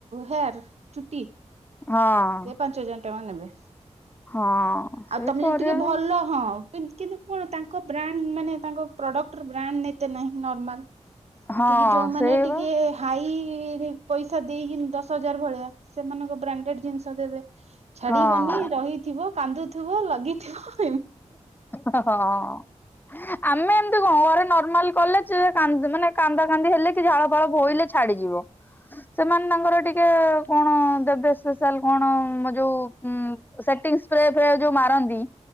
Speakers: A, on the right; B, on the left.
A: ହେୟାର୍। ଚୁଟି
B: ହଁ।
A: ସେ ପାଞ୍ଚ ହଜାର ଟଙ୍କା ନେବେ।
B: ହଁ ସେଇ
A: ଆଉ ତୋମେ
B: କରିବା
A: ଯଦି ଟିକେ ଭଲ ହଁ, କିନ୍ତ କିନ୍ତୁ କଣ ତାଙ୍କ ବ୍ରାଣ୍ଡ ମାନେ ତାଙ୍କ ପ୍ରଡକ୍ଟର୍ ବ୍ରାଣ୍ଡ ଏତେ ନାହିଁ ନର୍ମାଲ।
B: ହଁ
A: କିନ୍ତୁ ଯୋଉମାନେ
B: ସେଇ
A: ଟିକେ
B: ବା
A: ହାଇ ରି ପଇସା ଦେଇକିନ ଦଶ ହଜାର ଭଳିଆ ସେମାନଙ୍କ ବ୍ରାଣ୍ଡେଡ୍ ଜିନିଷ ଦେବେ, ଛାଡିବନି
B: ହଁ
A: ରହିଥିବ, କାନ୍ଦୁଥିବ, ଲଗେଇଥିବ।
B: ହଁ। ଆମେ ଏମିତି କଣ ଘରେ ନର୍ମାଲ କଲେ ଚିଏ କାନ୍ଦ ମାନେ କାନ୍ଦା କାନ୍ଦି ହେଲେ ସିଏ ଝାଳ ଫାଳ ବୋହିଲେ ଛାଡିଯିବ। ସେମାନେ ତାଙ୍କର ଟିକେ କଣ ଦେବେ ସ୍ପେଶାଲ୍ କଣ ଯୋଉ ଉଁ, ସେଟିଂ ସ୍ପ୍ରେ ଫ୍ରେ ଯୋଉ ମାରନ୍ତି।